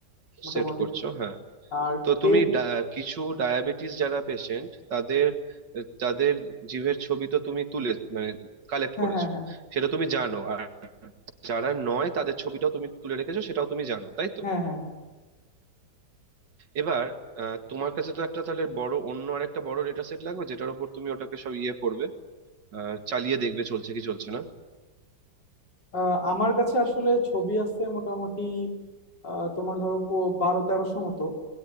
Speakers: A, on the left; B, on the right.
A: মোটামুটি
B: সেট করছো হ্যাঁ
A: আর
B: তো
A: টে
B: তুমি ডা- কিছু ডায়াবেটিস যারা পেশেন্ট তাদের তাদের জিভের ছবি তো তুমি তুলে মানে কালেক্ট
A: হ্যাঁ
B: করেছো
A: হ্যাঁ হ্যাঁ
B: সেটা তুমি জানো আর যারা নয় তাদের ছবিটাও তুমি তুলে রেখেছো সেটাও তুমি জানো তাই তো
A: হ্যাঁ হ্যাঁ হ্যাঁ
B: এবার আহ, তোমার কাছে তো একটা তাহলে বড় অন্য আরেকটা বড় ডেটা সেট লাগবে যেটার উপর তুমি ওটাকে সব ইয়ে করবে আহ, চালিয়ে দেখবে চলছে কি চলছে না
A: আহ, আমার কাছে আসলে ছবি আছে মোটামুটি আহ, তোমার ধরো পো- বারো তেরোশো মতো